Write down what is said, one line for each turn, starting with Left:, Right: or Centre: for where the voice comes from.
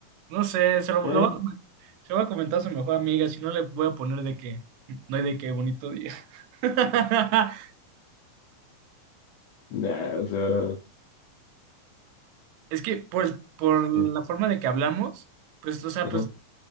Right: No sé, se lo,
Left: eh.
Right: lo voy a, se lo voy a comentar a su mejor amiga, si no le voy a poner de que no hay de qué bonito día. <laughs>
Left: Nah, o sea,
Right: Es que por, el- por
Left: es que...
Right: la forma de que hablamos, pues, o sea,
Left: Ajá.
Right: pues